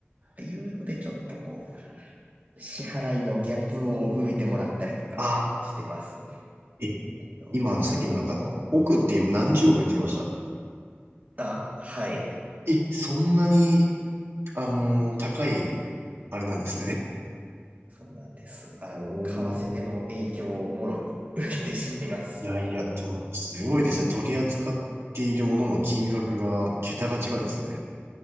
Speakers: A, on the right; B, on the right.
A: っていうので、ちょっとこう、支払いのギャップを埋めてもらったりとかはしてます。
B: ああ、え、
A: あの、
B: 今あの、
A: お客さんはもう、
B: さっきのなんか、億って今、何十億って言いました
A: あ、はい、
B: え、そんなに、あのー高い、あれなんですね。
A: そうなんです。あの、
B: お
A: 為替の影響をもろに受けてしまいます。
B: ー。いやいや、でも、すごいですね。取り扱っているものの金額が、桁が違うですね。